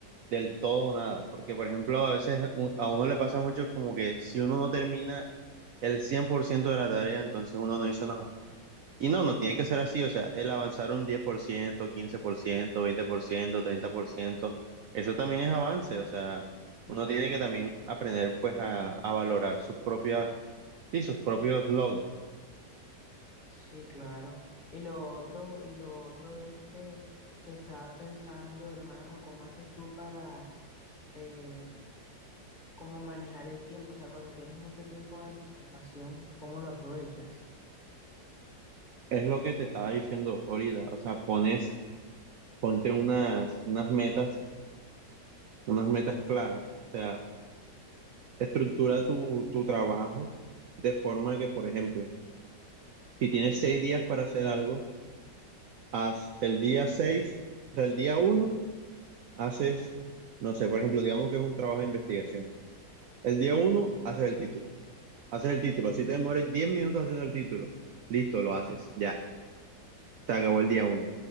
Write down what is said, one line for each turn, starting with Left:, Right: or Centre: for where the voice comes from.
Right: del todo o nada, porque por ejemplo a veces u- a uno le pasa mucho como que si uno no termina el 100% de la tarea, entonces uno no hizo nada. Y no, no tiene que ser así, o sea, el avanzar un diez por por por ciento ciento quince veinte por ciento treinta por ciento eso también es avance, o sea, uno tiene que también aprender pues a, a valorar sus propias, sí, sus propios logros.
Left: Sí, claro. Y lo otro, y lo otro es que, que estaba pensando, hermano, ¿cómo haces tú para eh, cómo manejar el tiempo? O sea, cuando tienes mucho tiempo de anticipación, ¿cómo lo aprovechas?
Right: Es lo que te estaba diciendo ahorita, o sea, pones, ponte unas, unas metas, unas metas claras. o sea Estructura tu, tu trabajo de forma que, por ejemplo, si tienes seis días para hacer algo, haz el día seis, o sea, el día uno, haces, no sé, por ejemplo, digamos que es un trabajo de investigación. El día uno, haces el título. Haces el título. Así te demores 10 minutos haciendo el título. Listo, lo haces. Ya, se acabó el día uno.